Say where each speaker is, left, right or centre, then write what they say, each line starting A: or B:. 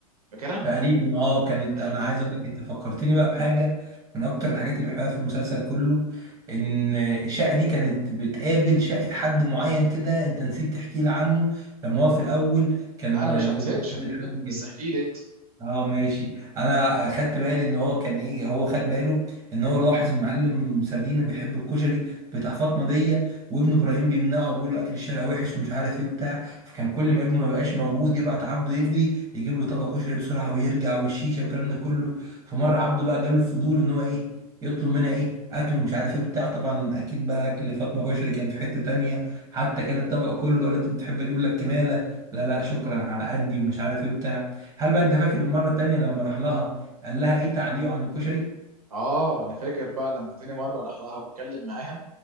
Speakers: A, on the right; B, on the right.
A: فاكرها
B: تقريبا اه كانت
A: ايوه
B: انا عايز اقول لك انت فكرتني بقى بحاجة من اكتر الحاجات اللي بحبها في المسلسل كله ان الشقة دي كانت بتقابل شقة حد معين كده انت نسيت تحكي لي عنه لما هو في الاول كان
A: لا انا مش هنسيتش
B: ملاحظ
A: انا
B: الحاج
A: جاي لك بس احكي لي انت
B: اه ماشي انا خدت بالي ان هو كان ايه هو خد باله ان هو لاحظ المعلم سردينة بيحب الكشري بتاع فاطمه دي وابن ابراهيم بيمنعه وبيقول له اكل الشارع وحش ومش عارف ايه وبتاع فكان كل ما ابنه ما يبقاش موجود يبعت عبده يجري يجيب له طبق كشري بسرعه ويرجع والشيشه والكلام ده كله فمره عبده بقى جاله الفضول ان هو ايه يطلب منها ايه اكل ومش عارف ايه بتاع طبعا اكيد بقى اكل فاطمه كشري كان في حته تانية حتى كان الطبق كله قالت له تحب اجيب لك كماله لا لا شكرا على قدي ومش عارف ايه بتاع هل بقى انت فاكر المره التانيه لما راح لها قال لها ايه تعليقه عن الكشري
A: اه انا فاكر بقى لما تاني مره راح لها واتكلم معاها